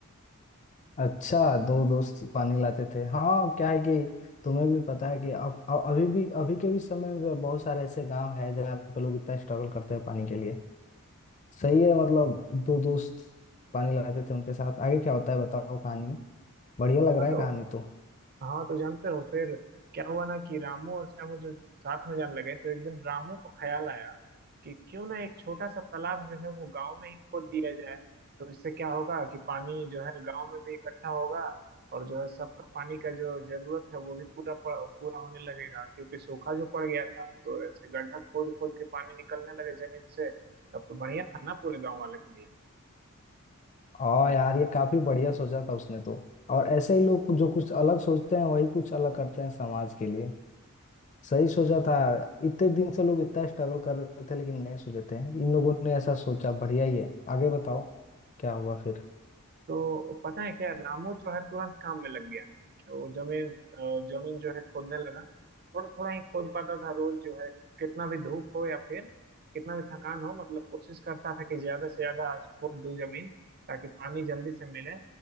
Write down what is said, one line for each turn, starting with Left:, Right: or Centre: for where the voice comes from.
Left: अच्छा दो दोस्त पानी लाते थे हाँ क्या है कि तुम्हें भी पता है कि अब अ- अभी भी अभी के भी समय में बहुत सारे ऐसे गांव है जहाँ पे लोग इतना स्ट्रगल करते हैं पानी के लिए सही है मतलब दो दोस्त पानी लाते थे उनके साथ आगे क्या होता है बताओ कहानी में बढ़िया लग रहा
Right: हाँ तो
Left: है कहानी तो
Right: हाँ तो जानते हो फिर क्या हुआ ना कि रामू और श्यामू जो साथ में जाने लगे तो एक दिन रामू को ख्याल आया कि क्यों ना एक छोटा सा तालाब जो है वो गांव में ही खोद दिया जाए तो इससे क्या होगा कि पानी जो है गांव में भी इकट्ठा होगा और जो है सबका पानी का जो जरूरत है वो भी पूरा प- पूरा होने लगेगा क्योंकि सूखा जो पड़ गया था तो ऐसे गड्ढा खोद खोद के पानी निकलने लगे जमीन से तब तो बढ़िया था ना पूरे गांव वाले के लिए
Left: हाँ यार ये काफी बढ़िया सोचा था उसने तो और ऐसे ही लोग जो कुछ अलग सोचते हैं वही कुछ अलग करते हैं समाज के लिए सही सोचा था इतने दिन से लोग इतना स्ट्रगल कर रहे थे लेकिन नहीं सोचे थे इन लोगों ने ऐसा सोचा बढ़िया ही है आगे बताओ क्या हुआ फिर
Right: तो पता है क्या रामू जो है तुरंत काम में लग गया वो जमीन अ, जमीन जो है खोदने लगा थोड़ा थोड़ा ही खोद पाता था रोज जो है कितना भी धूप हो या फिर कितना भी थकान हो मतलब कोशिश करता था कि ज्यादा से ज्यादा आज खोद दूं जमीन ताकि पानी जल्दी से मिले